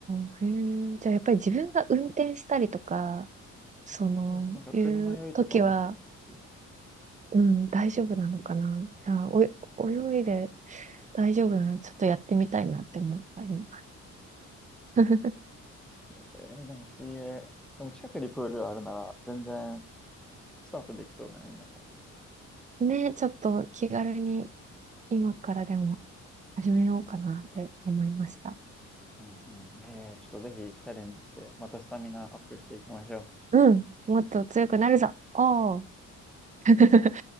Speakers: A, on the right; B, in the centre.
A: だ。へえ。じゃあ、やっぱり自分が運転したりとか、その、
B: そうそう、なんか車酔いとかもしないし、
A: いう時は、うん、大丈夫なのかな。いや、お、泳いで大丈夫なの、ちょっとやってみたいなって思った今。<laughs>
B: えーでも水泳、でも近くにプールあるなら、全然スタートできそうだね、皆さん。
A: ね、ちょっと気軽に今からでも始めようかなって思いました。
B: うんうん。えー、ちょっとぜひチャレンジして、またスタミナアップしていきましょう。
A: うん、もっと強くなるぞ。おー。<laughs>